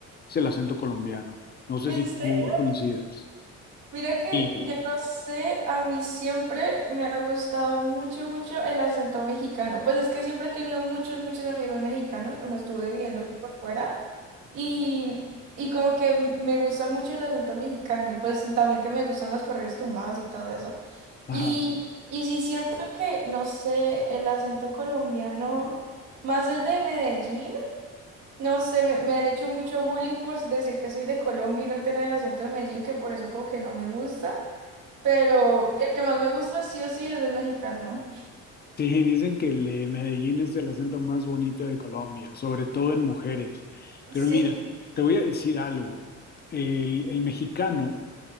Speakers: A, on the left; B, on the right.
A: es el acento colombiano. No sé
B: ¿En
A: si tú
B: serio?
A: coincidas.
B: Mira que
A: Sí.
B: yo no sé, a mí siempre me ha gustado mucho, mucho el acento mexicano. Pues es que siempre he tenido muchos, muchos amigos mexicanos cuando estuve viviendo por fuera. Y, y como que me gusta mucho el acento mexicano y pues también que me gustan los corridos tumbados y todo eso.
A: Ajá.
B: Y, y sí siento que, no sé, el acento colombiano, más el de Medellín, no sé, me, me han hecho mucho bullying por decir que soy de Colombia y no tener el acento de Medellín, que por eso como que no me gusta. Pero el que más me gusta sí o sí es el mexicano.
A: Sí, dicen que el de Medellín es el acento más bonito de Colombia, sobre todo en mujeres. Pero
B: Sí.
A: mira, te voy a decir algo. El, el mexicano,